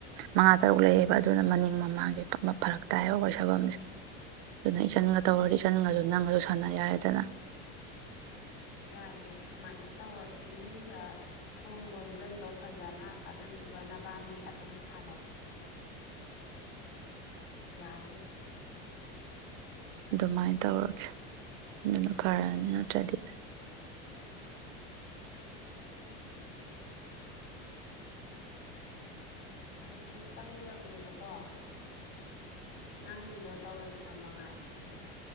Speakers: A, on the right; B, on the left.
A: ꯃꯉꯥ ꯇꯔꯨꯛ ꯂꯩꯌꯦꯦꯕ ꯑꯗꯨꯅ ꯃꯅꯤꯡ ꯃꯃꯥꯡꯁꯦ ꯐꯔꯛ ꯇꯥꯏꯕ ꯑꯩꯈꯣꯏ ꯁꯥꯐꯝꯁꯦ ꯑꯗꯨꯅ ꯏꯆꯟꯒ ꯇꯧꯔꯗꯤ ꯏꯆꯟꯒꯁꯨ ꯅꯪꯒꯁꯨ ꯁꯥꯟꯅ ꯌꯥꯔꯦꯗꯅ
B: ꯌꯥꯏꯌꯦꯦ ꯁꯨꯃꯥꯏꯅ ꯇꯧꯔꯣ ꯏꯃꯨꯡꯗ ꯊꯣꯡ ꯂꯣꯟꯁꯤꯜꯂꯣ ꯐꯖꯅ ꯑꯗꯨꯗꯨꯒ ꯅꯕꯥꯅꯤ ꯑꯗꯨꯝ ꯁꯥꯟꯅꯧ ꯌꯥꯅꯤ
A: ꯑꯗꯨꯃꯥꯏꯅ ꯇꯧꯔꯒꯦ ꯑꯗꯨꯅ ꯐꯔꯅꯤ ꯅꯠꯇ꯭ꯔꯗꯤ
B: ꯀꯩꯁꯨ ꯆꯪꯗꯕꯅꯦꯕꯀꯣ ꯅꯪꯒꯤꯗꯣ ꯇꯧꯔꯤꯗꯣ ꯃꯉꯥꯏ